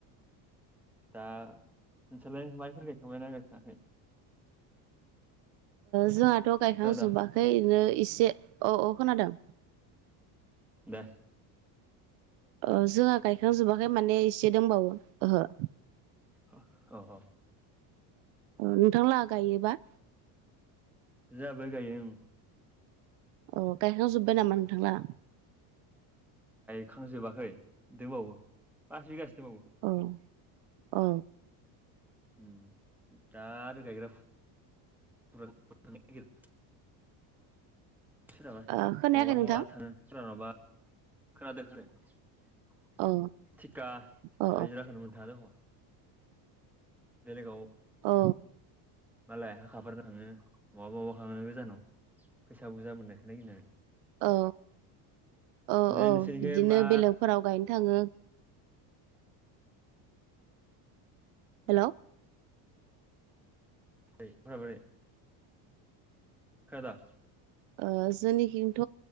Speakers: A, in the centre; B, on the right (about 65°).
A: दाउम नोंसोरलाय माइफोर गायखांबायनाा गायखङाखै
B: जोंहाथ' गायखां
A: खोनादो
B: जोबाखै बिनो इसे अ अ खोनादों
A: दे
B: अ जोंहा गायखांजोबाखै माने एसे दंबावो ओहो
A: अ औ औ
B: नोंथां लाहा गायोबा
A: जोहाबो गायो ओं
B: अ गायखांजोब्बाय नामा नोंथां लाहा
A: खांजोबाखै दंबावो पास बिगासो दंबावो
B: औ औ
A: उम दा आरो गायग्रा <unintelligible> सोरहाबा
B: ओ खोनायाखै
A: माबा
B: नोंथां
A: माबा थाङो सोरहानाबा खोनादो खोनादो
B: औ
A: थिखा
B: औ
A: हाजिराखौनो मोनथाङा दिखन बेलेगाव
B: औ
A: मालाय हाखाफोरनो थाङो माबा माबा थाङो गोजानाव फैसा बुरजा मोननायखौ नागिरनानै
B: औ औ
A: ओमफ्राय
B: औ
A: नोंसोरनिखै
B: बिदिनो
A: मा
B: बेलेगफोराव गायनो थाङो <inaudible> हेल'
A: खोनाबाय खोनादो
B: ओ जोंनिखिंथ'